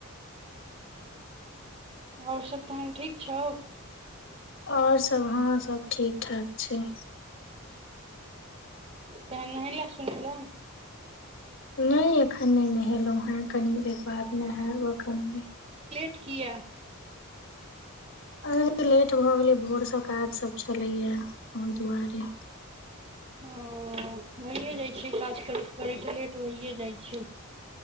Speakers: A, on the right; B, on the left.
A: आओर सभ तहन ठीक छौ।
B: और सभ हँ सभ ठीक-ठाक छै।
A: तोहें नहैले-सुनैलें?
B: नई एखन नई नहेलहुँ हे कनि देर बाद नहैब अखन ओ
A: कीए।
B: अरे लेट भऽ गेलै भोरसँ काज सभ छलैए ओई दुआरे।
A: ओ, होहिए जाइ छैय काज करैत - करैत लेट होईये जाइ छैय।